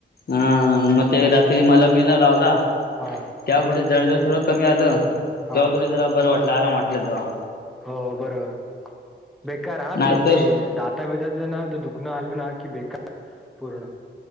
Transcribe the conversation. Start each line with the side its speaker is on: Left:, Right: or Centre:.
Left: हा म ते रात्री मलम मिलम लावला.
Centre: हा
Left: त्या कुठे जळजळ थोडं कमी आलं तेव्हा
Centre: हा
Left: थोड जरा बरं वाटलं आराम वाटलं तवा.
Centre: हो बरो बेकार हा
Left: नाहीतर
Centre: ते ते दात तब्येतीच ना दुखणं आलं ना की बेकार पूर्ण